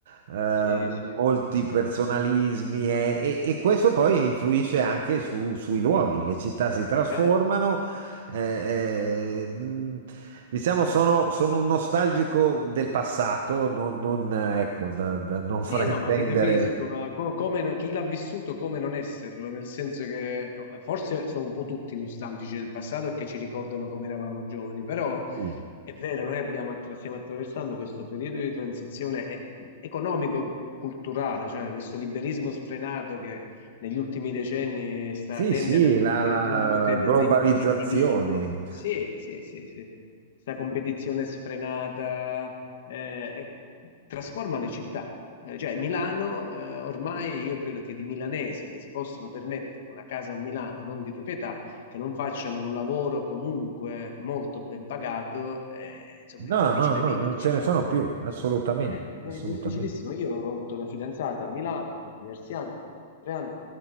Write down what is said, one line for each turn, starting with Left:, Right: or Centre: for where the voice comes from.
Right: eh,
Left: Sì,
Right: molti
Left: sì.
Right: personalismi e, e- e questo poi influisce anche su- sui luoghi, le città si trasformano,
Left: Certo.
Right: eh, eh, mh, diciamo, sono, sono un nostalgico del passato, non, non, eh, ecco, da, da non
Left: Sì,
Right: fraintendere.
Left: no, ma ti capisco, ma co- come non- chi l'ha vissuto, come non esserlo? Nel senso che eh, forse sono un po' tutti nostalgici del passato e che ci ricordano come eravamo giovani, però
Right: Sì,
Left: è vero, noi abbiamo attra- stiamo attraversando questo periodo di transizione e- economico-culturale, cioè questo liberismo sfrenato che negli ultimi decenni sta-
Right: sì,
Left: tende
Right: sì,
Left: ad appiattire
Right: la, la
Left: tutto, tende
Right: globalizzazione.
Left: alle- all'individuo. Sì, sì, sì, sì. Questa competizione sfrenata eh, e- trasforma le città eh, cioè Milano, eh, ormai io credo che di milanesi che si possono permettere una casa a Milano non di proprietà, che non facciano un lavoro comunque molto ben pagato, eh, insomma è
Right: No,
Left: difficile
Right: no, no,
Left: viverci.
Right: non ce ne sono più, assolutamente,
Left: Eh,
Right: assolutamente.
Left: è difficilissimo. Io ho avuto una fidanzata a Milano per diversi anni, tre anni,